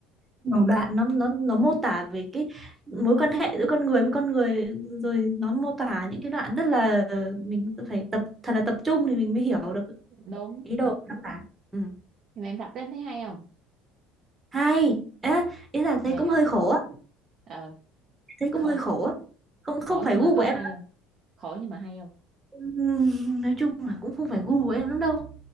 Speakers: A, on the right (about 15°); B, on the right (about 45°).
A: nhiều đoạn nó nó nó mô tả về cái mối quan hệ giữa con người với con người rồi nó mô tả những cái đoạn rất là mình phải tập thật là tập trung thì mình mới hiểu được
B: đúng
A: ý đồ của tác giả ừ.
B: nhưng mà em đọc đến thấy hay không
A: hay Ê, ý là thấy
B: hay
A: cũng
B: hả
A: hơi khổ á
B: ờ
A: thấy cũng
B: khổ,
A: hơi khổ á không không
B: khổ
A: phải
B: nhưng
A: gu
B: mà
A: của
B: có
A: em
B: hay không khổ nhưng mà hay không
A: Ừm, nói chung là cũng không phải gu của em lắm đâu